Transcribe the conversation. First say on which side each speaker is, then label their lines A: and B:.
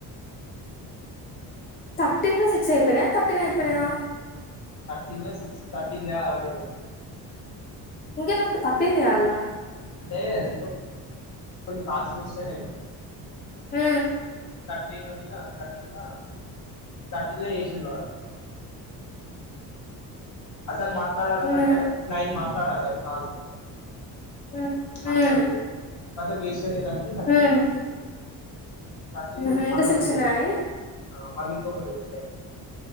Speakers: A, on the left; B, on the left.
A: థర్టీన్ల సిక్స్ అయిపోయినయా తర్టీన్ అయిపోయినయా!
B: థర్టీన్ల సిక్స్ థర్టీన్ చేయలే అవైలబుల్
A: ఇంకెందుకు థర్టీన్ చేయాలా
B: ఏ కొ కొన్ని కాల్స్ మిస్సైనయిగా
A: మ్
B: థర్టీన్ థర్టీన్ల థర్టీన్ల వేసిండు వాడు. అసల్ మాట్ మాట్లాడాలంటే
A: ఉమ్
B: నైన్ మార్క్స్ మాట్లాడాలే కాల్స్
A: ఉమ్
B: మాట్లాడేది.
A: ఉమ్
B: కద వేస్ ఇద్దరి కల్పి థర్టీన్
A: ఉమ్
B: ఇగ థర్టీన్
A: ఉహు
B: ఇప్పుడు
A: ఇంకా
B: మళ్ళొకటి
A: సిక్స్
B: వేస్ట్
A: ఉన్నాయని
B: ఆహ్ మళ్ళింకొకటి వే ఎస్